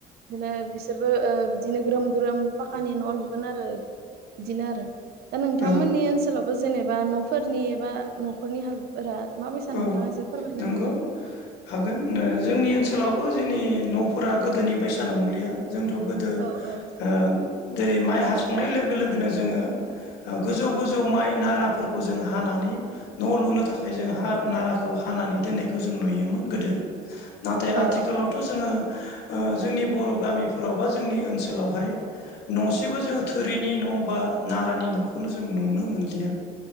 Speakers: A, on the right; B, on the left.
A: बिदिनो बिसोरबो बिदिनो ग्रोम ग्रोम पाकानि न' लुगोन आरो बिदिनो आरो दा नोंथांमोननि
B: औ
A: ओनसोलावबो जेनेबा न'फोरनि एबा न'खरनि हालोदफोरा माबायसा
B: औ
A: नोंथाङा एसे फोरमायना
B: नंगौ
A: होनो हागोन ना?
B: हागोन जोंनि ओनसोलावबो जोंनि न'फोरा गोदोनि बैसा नंलिया जोंथ' गोदो
A: औ औ
B: ओ जेरै माइ हाखांनाय लोगो लोगोनो जोङो गोजौ गोजौ माइ नाराफोरखौ जों हानानै नै न' लुनो थाखाय जों हा नाराखौ हानानै दोननायखौ जों नुयोमोन गोदो नाथाय
A: औ
B: आथिखालावथ' जोङो जोंनि बर' गामिफोराव बा जोंनि ओनसोलावहाय न'सेबो जोङो थोरनि न' न' बा नारानि न'खौनो जों नुनो मोनलिया